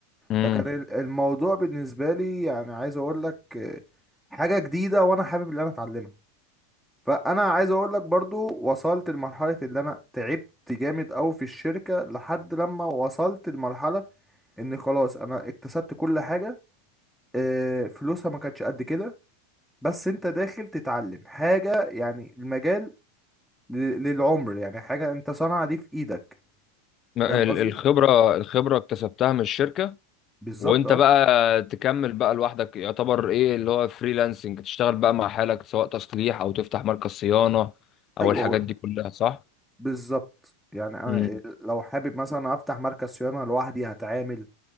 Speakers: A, on the left; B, in the centre.
A: امم
B: فكان ال- الموضوع بالنسبة لي يعني عايز أقول لك آه، حاجة جديدة وأنا حابب إن أنا أتعلمها فانا عايز اقول لك برضو وصلت لمرحله اللي انا تعبت جامد قوي في الشركه لحد لما وصلت لمرحله ان خلاص انا اكتسبت كل حاجه آه، فلوسها ما كانتش قد كده بس انت داخل تتعلم حاجه يعني المجال ل- للعمر يعني حاجه انت صنعة دي في ايدك
A: ما-
B: فاهم قصدي
A: ال- الخبرة الخبرة اكتسبتها من الشركة
B: بالظبط
A: وانت
B: اه
A: بقى تكمل بقى لوحدك يعتبر ايه اللي هو فريلانسنج تشتغل بقى مع حالك سواء تصليح او تفتح مركز صيانة او
B: ايوه
A: الحاجات دي كلها صح؟
B: بالظبط يعني انا
A: امم
B: لو حابب مثلا افتح مركز صيانه لوحدي هتعامل